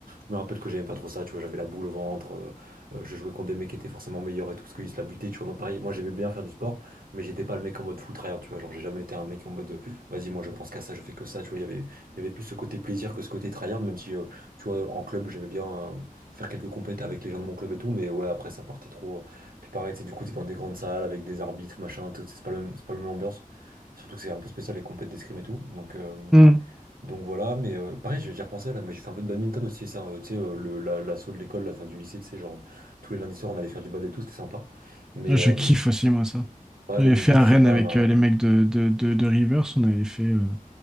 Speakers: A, on the right; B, in the centre.
A: je me rappelle que j'aimais pas trop ça, tu vois, j'avais la boule au ventre, euh, euh, je jouais contre des mecs qui étaient forcément meilleurs et tout, parce qu'ils se la butaient, tu vois. Moi, pareil, moi j'aimais bien faire du sport, mais j'étais pas le mec en mode full tryhard, tu vois. Genre, j'ai jamais été un mec en mode, euh, vas-y, moi je pense qu'à ça, je fais que ça, tu vois. Il y avait, il y avait plus ce côté plaisir que ce côté tryhard, même si, euh, tu vois, en club, j'aimais bien euh, faire quelques compètes avec les gens de mon club et tout, mais ouais, après, ça partait trop. euh. Puis pareil, tu sais, du coup, t'es dans des grandes salles avec des arbitres, machin, tout, c'est pas le même, c'est pas la même ambiance. Surtout que c'est un peu spécial les compètes d'escrime et tout. Donc, euh,
B: mm.
A: donc voilà, mais euh, pareil, j'ai j'ai repensé là, mais j'ai fait un peu de badminton aussi, ça, euh, tu sais, euh, le- la- l'assaut de l'école, la fin du lycée, tu sais, genre, euh, tous les lundis soirs, on allait faire du bad et tout, c'était sympa. Mais
B: Je
A: euh,
B: kiffe aussi moi ça.
A: ouais,
B: On
A: badminton,
B: avait fait à
A: c'est
B: Rennes
A: sympa,
B: avec
A: bah,
B: euh, les mecs de, de, de, de Rivers. On avait fait. euh,